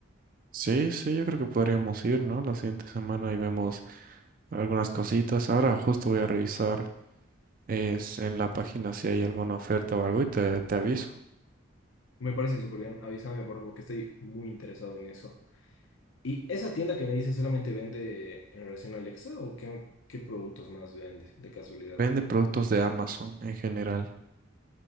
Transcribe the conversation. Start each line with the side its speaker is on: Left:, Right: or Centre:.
Right: Sí, sí, yo creo que podríamos ir, ¿no? La siguiente semana y vemos algunas cositas. Ahora justo voy a revisar es, en la página si hay alguna oferta o algo y te, te aviso.
Left: Me parece súper bien. Avísame, por favor, que estoy muy interesado en eso. ¿Y esa tienda que me dices solamente vende en relación a Alexa o qué, qué productos más vende de casualidad?
Right: Vende productos de Amazon en general.